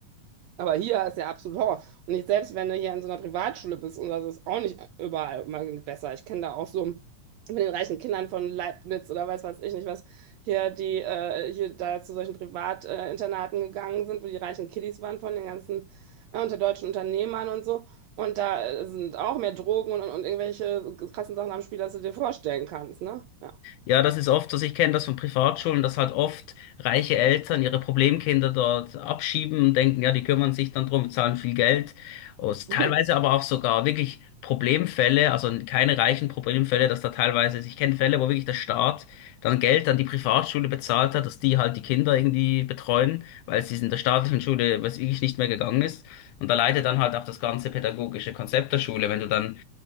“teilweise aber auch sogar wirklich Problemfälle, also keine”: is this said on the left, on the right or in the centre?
Left